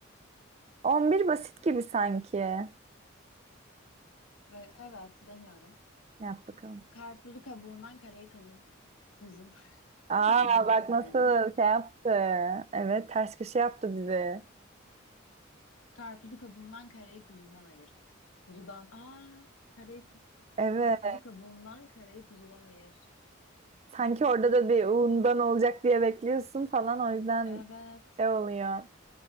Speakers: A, on the right; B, on the left.
A: 11 basit gibi sanki.
B: Ve evet deniyorum.
A: Yap bakalım.
B: Karpuzu kabuğundan karayı Kuzun
A: Aa
B: <laughs> nazar
A: bak nasıl
B: değdi.
A: şey yaptı. Evet ters köşe yaptı bizi.
B: Karpuzu kabuğundan karayı kuzundan ayır. Kuzudan aa karayı ku-
A: Evet.
B: karpuzu kabuğundan karayı kuzudan ayır.
A: Sanki orada da bir undan olacak diye bekliyorsun falan o yüzden
B: Evet.
A: şey oluyor.